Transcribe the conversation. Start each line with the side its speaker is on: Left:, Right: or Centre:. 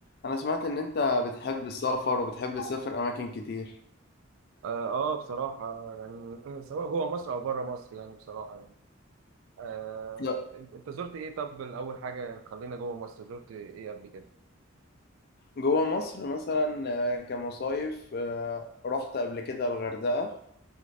Left: انا سمعت ان انت بتحب السفر وبتحب تسافر اماكن كتير
Right: اه آه، بصراحة يعني سواء جوه مصر او بره مصر يعني بصراحة يعني. آه
Left: لا
Right: انت أنت زرت ايه طب الاول حاجة يعني خلينا جوه مصر زرت ايه قبل كده
Left: جوه مصر مثلا آه، كمصايف آه، رحت قبل كده الغردقة